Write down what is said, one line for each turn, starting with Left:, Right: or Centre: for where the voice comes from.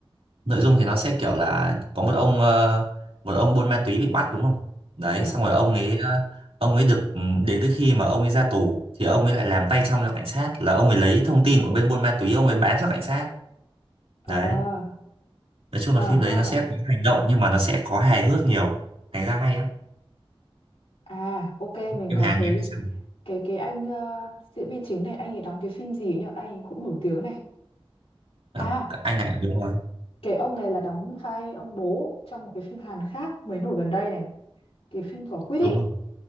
Right: nội dung thì nó sẽ kiểu là có một ông ờ, một ông buôn ma túy bị bắt đúng không đấy
Left: Ờ,
Right: xong rồi ông ấy ờ, ông ấy được ừ, đến cái khi mà ông ấy ra tù thì ông ấy lại làm tay trong cho cảnh sát là ông ấy lấy thông tin của bên buôn ma túy ông ấy bán cho cảnh sát
Left: à,
Right: đấy nói chung là
Left: à
Right: phim đấy
Left: ha,
Right: nó sẽ có hành động nhưng mà nó sẽ có hài hước nhiều thành ra hay á
Left: à ok mình
Right: phim
Left: có
Right: Hàn
Left: thấy
Right: thì em đi xem
Left: cái cái anh ờ, diễn viên chính này anh ấy đóng cái phim gì ấy nhở? Anh ấy cũng nổi tiếng này.
Right: Ờ,
Left: À
Right: anh này đúng rồi
Left: Cái ông này là đóng vai ông bố trong một cái phim Hàn khác mới nổi gần đây này. Cái phim quả quýt
Right: đúng
Left: ý,
Right: rồi,